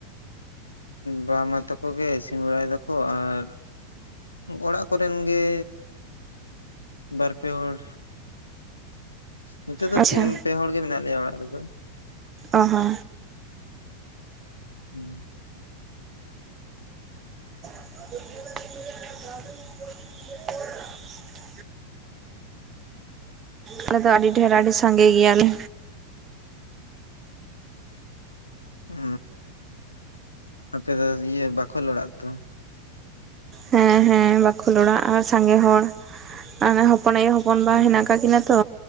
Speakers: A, on the left; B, on the right.
A: ᱵᱟ ᱢᱟ ᱛᱟᱠᱚ ᱜᱮ ᱤᱥᱤᱱ ᱵᱟᱲᱟᱭ ᱫᱟᱠᱚ ᱟᱨ ᱚᱲᱟᱜ ᱠᱚᱨᱮᱱ ᱜᱮ ᱵᱟᱨᱯᱮ ᱦᱚᱲ ᱱᱤᱛᱚᱜ ᱫᱚ
B: ᱟᱪᱪᱷᱟ
A: ᱯᱮ ᱦᱚᱲ ᱜᱮ ᱢᱮᱱᱟᱜ ᱞᱮᱭᱟ ᱚᱲᱟᱜ ᱨᱮᱫᱚ
B: ᱚ ᱦᱚ
A: ᱦᱮᱸ
B: <inaudible> ᱟᱞᱮ ᱫᱚ ᱟᱹᱰᱤ ᱰᱷᱮᱨ ᱟᱹᱰᱤ ᱥᱟᱸᱜᱮ ᱜᱮᱭᱟᱞᱮ
A: ᱚ ᱟᱯᱮ ᱫᱚ ᱤᱭᱟᱹ ᱵᱟᱠᱷᱳᱞ ᱚᱲᱟᱜ ᱛᱚ
B: ᱦᱮᱸ ᱦᱮᱸ ᱦᱮ ᱵᱟᱠᱷᱳᱞ ᱚᱲᱟᱜ ᱟᱨ ᱥᱟᱸᱜᱮ ᱦᱚᱲ ᱦᱚᱯᱚᱱ ᱟᱭᱳ ᱦᱚᱯᱚᱱ ᱦᱚᱯᱚᱱ
A: ᱦᱩᱸ
B: ᱵᱟ ᱦᱮᱱᱟᱜ ᱠᱟᱜ ᱠᱤᱱᱟ ᱛᱚ